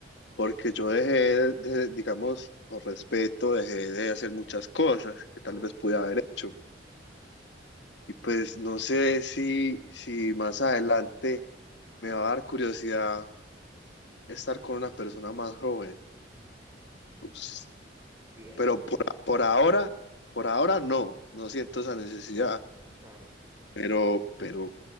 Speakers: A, on the left; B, on the right.
A: porque yo dejé de, digamos, por respeto, dejé de hacer muchas cosas que tal
B: obvio.
A: vez pude haber hecho. Y pues no sé si, si más adelante me va a dar curiosidad estar con una persona más joven. Ups.
B: Viejo,
A: Pero por, por ahora, por ahora no, no siento esa necesidad.
B: claro.
A: Pero, pero